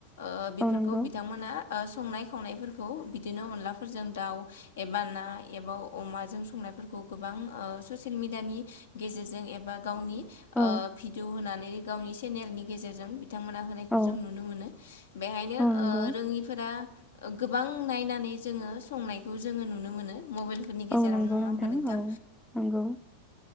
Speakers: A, on the left; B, in the centre.
A: ओ बेफोरखौ
B: औ नंगौ
A: बिथांमोना ओ संनाय खावनायफोरखौ बिदिनो अनलाफोरजों दाउ एबा ना एबा अमाजों संनायफोरखौ गोबां ओ ससियेल मिेडियानि गेजेरजों एबा गावनि
B: औ
A: ओ भिडिअ होनानै गावनि चेनेलनि गेजेरजों बिथांमोना हो
B: औ
A: जों नुनो मोनो बेहायनो
B: औ नंगौ
A: ओ रोङिफोरा गोबां नायनानै जोङो संनायखौ जोङो नुनो मोनो मबाइलफोरनि गेजेरावनो
B: औ नंगौ
A: नङा होमबा नोंथां
B: औ नंगौ